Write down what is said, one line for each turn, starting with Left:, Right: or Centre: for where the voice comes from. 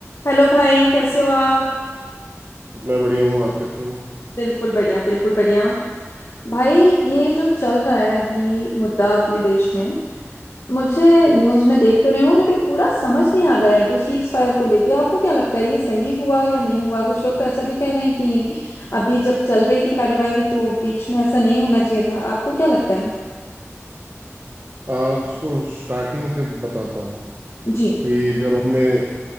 Left: हेलो भाई कैसे हो आप
Right: मैं बढ़िया हूँ आप कैसे हो
Left: बिल्कुल बढ़िया बिल्कुल बढ़िया भाई ये जो चल रहा है अभी मुद्दा अपने देश में मुझे न्यूज़ में देख तो रही हूँ लेकिन पूरा समझ नहीं आ रहा है जो सीज फायर को लेके आपको क्या लगता है ये सही हुआ या नहीं हुआ कुछ लोग तो ऐसा भी कह रहे हैं कि अभी जब चल रही थी कार्यवाही तो बीच में ऐसा नहीं होना चाहिए था आपको क्या लगता है
Right: आ, उसको स्टार्टिंग से बताता हूँ
Left: जी
Right: कि जब हमने आ,